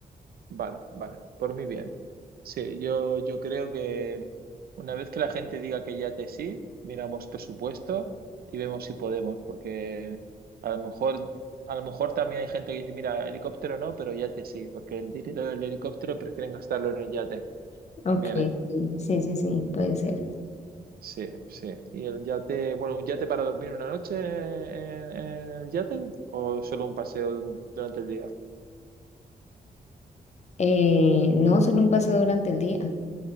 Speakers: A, on the right; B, on the left.
A: vale, vale, por mí bien. Sí, yo, yo creo que una vez que la gente diga que ya que sí, miramos presupuesto y vemos si podemos, porque a lo mejor, a lo mejor también hay gente que dice, mira, helicóptero no, pero yate sí, porque el dinero del helicóptero prefieren gastarlo en el yate también,
B: Ok,
A: ¿eh?
B: sí, sí, sí, sí, puede ser.
A: Sí, sí. ¿Y el yate, bueno, un yate para dormir una noche en, en el yate o solo un paseo durante el día?
B: Eh, no, solo un paseo durante el día.